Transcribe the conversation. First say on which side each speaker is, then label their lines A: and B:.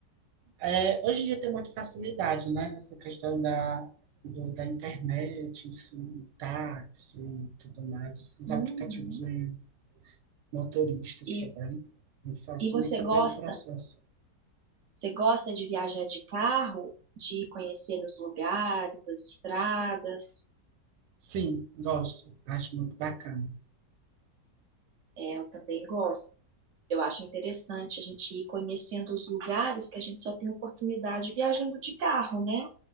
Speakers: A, on the right; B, on the right.
A: É, hoje em dia tem muita facilidade, né? Essa questão da, do- da internet, assim, táxi e tudo mais, esses
B: Uhum.
A: aplicativos de motoristas
B: E,
A: também, me facilita
B: e você gosta,
A: bem o processo.
B: você gosta de viajar de carro, de conhecer os lugares, as estradas?
A: Sim, gosto, acho muito bacana.
B: É, eu também gosto. Eu acho interessante a gente ir conhecendo os lugares que a gente só tem oportunidade viajando de carro, né?